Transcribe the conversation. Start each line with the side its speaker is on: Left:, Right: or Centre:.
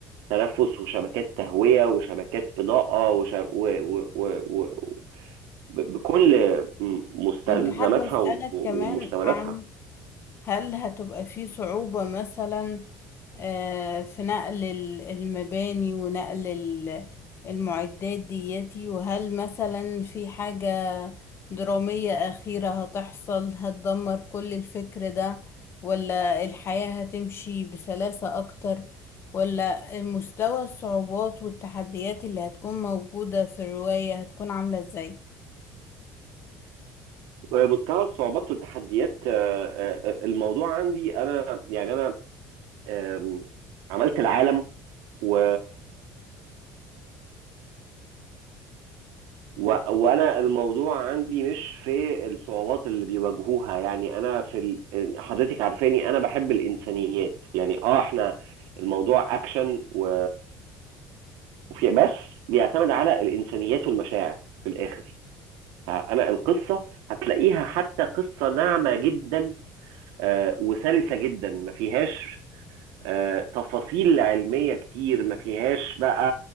Right: تنفس وشبكات تهوية وشبكات إضاءة وش... و... و... و... و... ب- بكل مستلزماتها
Left: كنت حابة أسألك
Right: و- ومشتملاتها
Left: كمان عن هل هتبقى في صعوبة مثلا آه، في نقل ال- المباني ونقل ال- المعدات دياتي وهل مثلا في حاجة درامية أخيرة هتحصل هتدمر كل الفكر ده ولا الحياة هتمشي بسلاسة أكتر ولا مستوى الصعوبات والتحديات اللي هتكون موجودة في الرواية هتكون عاملة إزاي؟
Right: مستوى الصعوبات والتحديات آه، آه، الموضوع عندي انا يعني انا آم، عملت العالم و... و... وانا الموضوع عندي مش في الصعوبات اللي بيواجهوها يعني انا في ال... حضرتك عارفاني انا بحب الانسانيات يعني اه احنا الموضوع اكشن و... وفي بس بيعتمد على الانسانيات والمشاعر في الاخر انا القصه هتلاقيها حتى قصه ناعمه جدا آه، وسلسه جدا ما فيهاش آه، تفاصيل علمية كتير ما فيهاش بقى